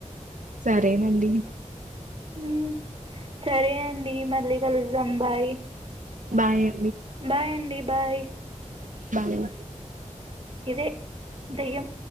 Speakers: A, on the right; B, on the right.
A: సరేనండి
B: ఉమ్ సరే అండి మళ్ళీ కలుసాం బాయ్
A: బాయ
B: బాయ్ అండి బాయ్
A: బాగల
B: ఇదే దయ్యం